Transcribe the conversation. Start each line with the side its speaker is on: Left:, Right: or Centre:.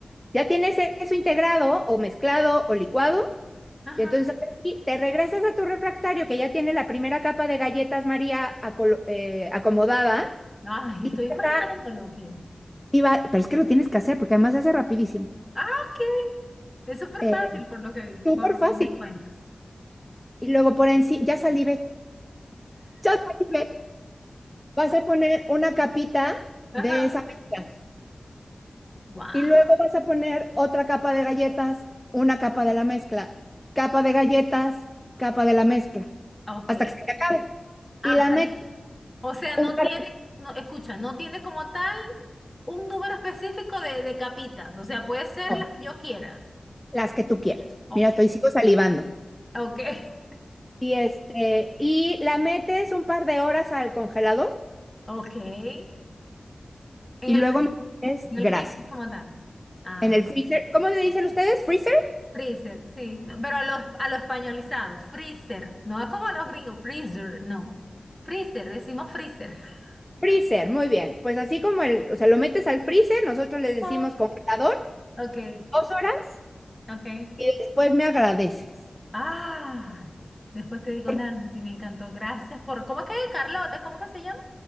Centre: Ya tienes eso integrado o mezclado o licuado,
Left: Ajá.
Centre: y entonces ahora sí, te regresas a tu refractario que ya tiene la primera capa de galletas María acolo- eh, acomodada,
Left: Ay,
Centre: y
Left: estoy imaginándolo
Centre: va,
Left: aquí.
Centre: y va- pero es que lo tienes que hacer porque además se hace rapidísimo.
Left: Ah, ok. Es súper
Centre: Eh,
Left: fácil por lo que vi- por
Centre: súper
Left: lo
Centre: fácil.
Left: que me cuentas.
Centre: Y luego por encima, ya salivé, ya salivé, vas a poner una capita
Left: Ajá.
Centre: de esa mezcla.
Left: Wow.
Centre: Y luego vas a poner otra capa de galletas, una capa de la mezcla, capa de galletas, capa de la mezcla,
Left: Ok.
Centre: hasta que se te acabe.
Left: Hasta
Centre: Y la metes
Left: que, o sea,
Centre: un
Left: no
Centre: par
Left: tiene,
Centre: de-
Left: no, escucha, no tiene como tal un número específico de, de capitas. O sea, puede ser
Centre: no,
Left: las que yo quiera.
Centre: las que tú quieras.
Left: Ok.
Centre: Mira, estoy sigo salivando.
Left: Ok. <laughs>
Centre: Y este, y la metes un par de horas al congelador
Left: Ok. En el
Centre: y luego
Left: frío.
Centre: es
Left: En
Centre: gracia.
Left: el freezer como tal. Ah,
Centre: En el freezer, ¿cómo le dicen ustedes? ¿Freezer?
Left: freezer, sí. No, Pero a lo, a lo españolizado, freezer. No es como a los gringos, freezer, no. Freezer, decimos freezer. <laughs>
Centre: Freezer, muy bien. Pues así como el, o sea, lo metes al freezer, nosotros les decimos
Left: Ah,
Centre: congelador,
Left: Ok,
Centre: dos horas
Left: ok.
Centre: y después me agradeces.
Left: Ah, después te digo,
Centre: Porque
Left: Nancy, me encantó. Gracias por. ¿Cómo es que es? Carlota? ¿Cómo que se llama?